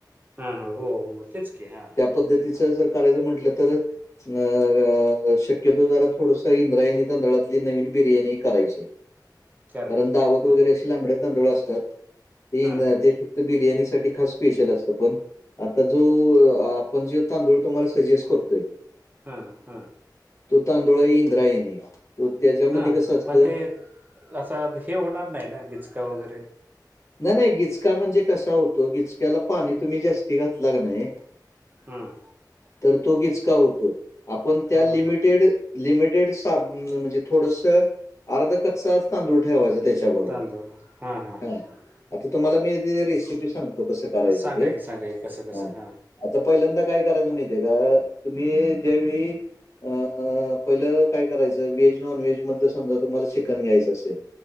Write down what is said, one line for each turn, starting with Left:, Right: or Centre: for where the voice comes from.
Right: हा हा. हो हो. तेच की. हा.
Left: पद्धतीच जर करायचं म्हंटलं तर- अ शक्यतो जरा थोडस इंद्रायणी तांदळातली नवीन बिर्याणी करावी.
Right: करायचे
Left: कारण दावत
Right: काय हा
Left: वगैरे
Right: हा
Left: अशी लांबड - तांदळ असतात. ते
Right: हा
Left: ते फक्त बिर्याणी साठी खास स्पेशल असत पण- आता जो आपण जे तांदूळ तुम्हाला सजेस्ट करतोय-
Right: हा हा.
Left: तो तांदुळ आहे इंद्रायणी. तो त्याच्यामध्ये
Right: हा.
Left: कसं असतं
Right: पण ते असं हे होणार नाही ना? गिचका वगैरे.
Left: नाही नाही. गिचका म्हणजे कसा होतो? गिचक्याला पाणी तुम्ही जास्ती घातला की नाही?
Right: हम्म.
Left: तर तो गिचका होतोय. आपण त्या
Right: हम्म
Left: लिमिटेड-
Right: हम्म
Left: लिमिटेड साब म्हणजे थोडस, अर्धा कच्चाच तांदूळ ठेवायचा त्याच्याबरोबर.
Right: हम्म तांदूळ हां हां हां
Left: हा
Right: ह.
Left: आता तुम्हाला मी रेसिपी सांगतो. कसं करायचं
Right: सांगा
Left: ते?
Right: की सांगा की कसं कसं
Left: हा.
Right: हां
Left: आता पहिल्यांदा काय करायचं माहिती आहे का? तुम्ही ज्यावेेळी- अ. पहिलं काय करायचं? व्हेज नॉन व्हेज मधलं समजा तुम्हाला चिकन घ्यायचं असेल-